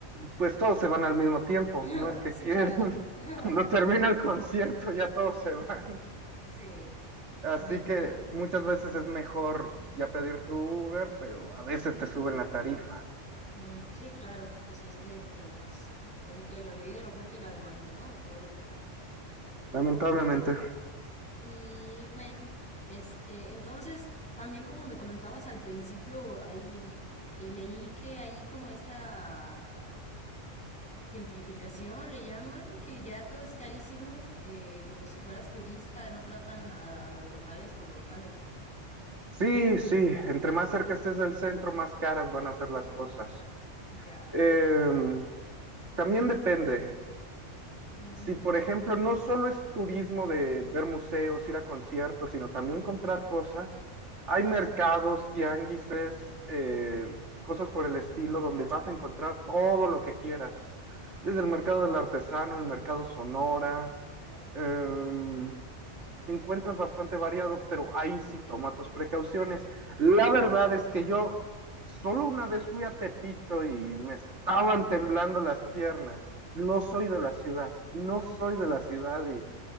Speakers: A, on the right (about 65°); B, in the centre.
A: Pues todos se van al mismo tiempo,
B: <laughs>
A: no es que
B: Sí,
A: quieran.
B: claro.
A: <laughs>
B: <laughs>
A: Cuando termina el concierto ya todos se van.
B: Sí.
A: Así
B: Bueno,
A: que muchas veces es mejor ya pedir tu Uber, pero a veces te suben la tarifa,
B: mm, sí, claro. Pues sí, es que entre más. Así que lo leí de la oferta y la demanda, ¿no? Todo lo que da.
A: lamentablemente.
B: Y bueno, este, entonces también como me comentabas al principio, ahí eh, leí que hay como esta gentrificación, le llaman, que ya todo es carísimo, eh, como si fueras turista, no tratan a, a los locales como locales.
A: Sí, sí, entre más cerca estés del centro, más caras van a ser las cosas.
B: Ya.
A: Em, también depende.
B: Mm,
A: si, por ejemplo, no solo es turismo de ver museos, ir a conciertos, sino también comprar cosas, hay mercados,
B: sí.
A: tianguises, eh, cosas por el estilo, donde vas a encontrar todo lo que quieras.
B: Ok.
A: Desde el mercado del artesano, el mercado Sonora,
B: Wow.
A: em, encuentras bastante variado, pero ahí sí toma tus precauciones. La
B: Ok.
A: verdad es que yo solo una vez fui a Tepito y me estaban temblando las piernas. No soy de la ciudad, no soy de la ciudad y